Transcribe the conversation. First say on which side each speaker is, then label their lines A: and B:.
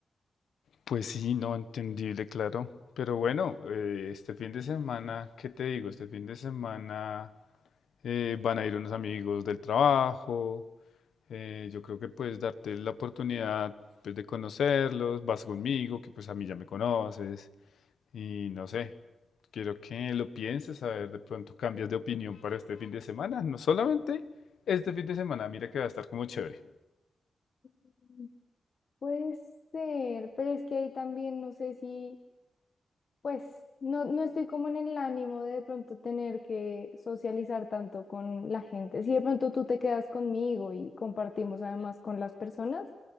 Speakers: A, on the left; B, on the left.
A: Pues sí, no, entendible, claro. Pero bueno, eh, este fin de semana, ¿qué te digo? Este fin de semana eh, van a ir unos amigos del trabajo. eh, yo creo que puedes darte la oportunidad pues, de conocerlos. Vas conmigo, que pues a mí ya me conoces. Y no sé, quiero que lo pienses, a ver, de pronto cambias de opinión para este fin de semana, no solamente este fin de semana, mira que va a estar como chévere.
B: <laughs> Puede ser, pero es que ahí también no sé si... Pues no, no estoy como en el ánimo de de pronto tener que socializar tanto con la gente. Si de pronto tú te quedas conmigo y compartimos además con las personas,